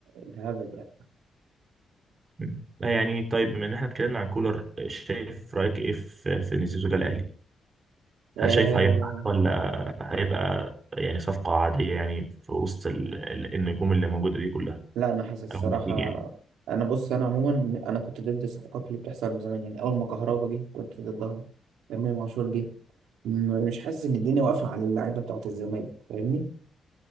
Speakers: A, on the right; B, on the right.
A: الهبل يعني
B: مم. يعني طيب بما ان احنا اتكلمنا عن كولر آه، شايف رايك ايه في في ان زيزو جه الاهلي هل
A: آه
B: شايف هينفع ولا هيبقى يعني صفقه عاديه يعني في وسط ال- ال- النجوم اللي موجوده دي كلها
A: لا انا حاسس الصراحه
B: او النتيجه يعني
A: انا بص انا عموما انا كنت ضد الصفقات اللي بتحصل من زمان يعني اول ما كهربا جه كنت ضدها امام عاشور جه م- مش حاسس ان الدنيا واقفه على اللعيبه بتاعه الزمالك فاهمني